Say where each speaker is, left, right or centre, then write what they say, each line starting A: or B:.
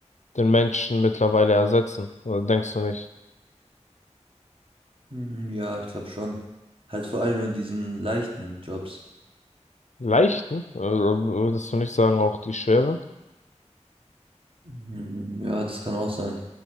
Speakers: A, on the left (about 75°); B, on the right (about 50°).
A: den Menschen mittlerweile ersetzen, oder denkst du nicht?
B: Mhm, Ja, ich glaube schon. Halt vor allem in diesen leichten Jobs.
A: Leichten, also würdest du nicht sagen, auch die schweren,
B: Mhm, Ja, das kann auch sein.